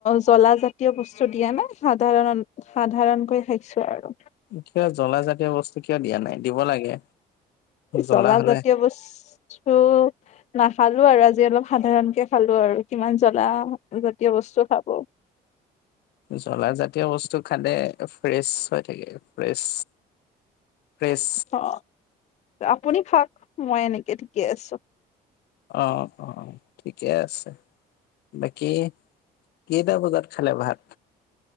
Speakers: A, on the left; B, on the left.
A: জ্বলাাজাতীয় বস্তু দিয়া নাই সাধাৰণ সাধাৰণকৈ খাইছো আৰু।
B: কিয় জ্বলা জাতীয় বস্তু কিয় দিয়া নাই দিব লাগে। জ্বলা
A: জলাাজাতীয়
B: হলে
A: বস্তু। নাখালো আৰু আজি অলপ সাধাৰণ কে। খালো আৰু কিমান জ্বলা জাতীয় বস্তু খাব।
B: জ্বলা জাতীয় বস্তু খানে ফ্ৰেছ হৈ থাকে ফ্ৰেছ। ফ্ৰেছ
A: অ। আপুনি খাওঁক মই এনেকে ঠিকে আছোঁ।
B: অ অ ঠিকে আছে বাকী কেইটা বজাত খালে ভাত।